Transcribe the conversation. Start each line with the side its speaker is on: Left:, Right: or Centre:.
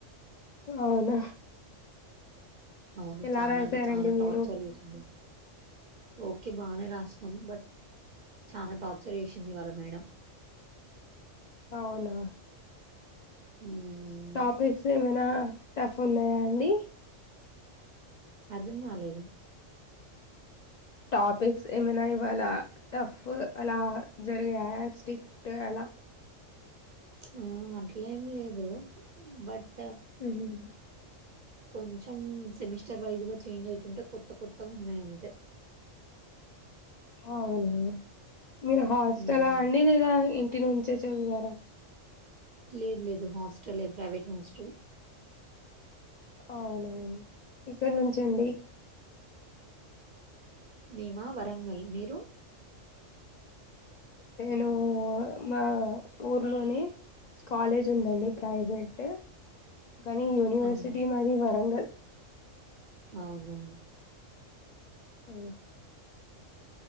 Left: అవునా
Right: అవును
Left: ఎలా
Right: చాన
Left: రాశారండి
Right: అంటే చానా
Left: మీరు
Right: టార్చర్ చేసింది ఓకే బాగానే రాస్ నం బట్ చానా టార్చర్ చేసింది ఇవ్వల మేడం
Left: అవునా
Right: మ్మ్
Left: టాపిక్స్ ఏమైనా టఫ్ ఉన్నాయా అండి
Right: అర్ధం కాలేదు
Left: టాపిక్స్ ఏమైనా ఇవళ టఫ్ అలా జరిగాయా స్ట్రిక్ట్ అలా
Right: ఆ అట్లేం లేదు బట్
Left: హుహుం
Right: కొంచెం సెమిస్టర్ వైజ్ గా చేంజ్ అవుతుంటే కొత్త కొత్తగా ఉన్నాయి అంతే
Left: అవునా మీరు హాస్టల్
Right: మ్మ్
Left: అండి లేదా ఇంటి నుంచి చదివారా
Right: లేదు లేదు హాస్టలే ప్రైవేట్ హాస్టల్
Left: అవునా ఇక్కడి నుంచండి
Right: మీమా వరంగల్ మీరు
Left: నేను మా ఊర్లోని కాలేజ్ ఉందండి ప్రైవేట్ కానీ యూనివర్సిటీ
Right: అవును.
Left: మాది వరంగల్
Right: అవునా
Left: ఆ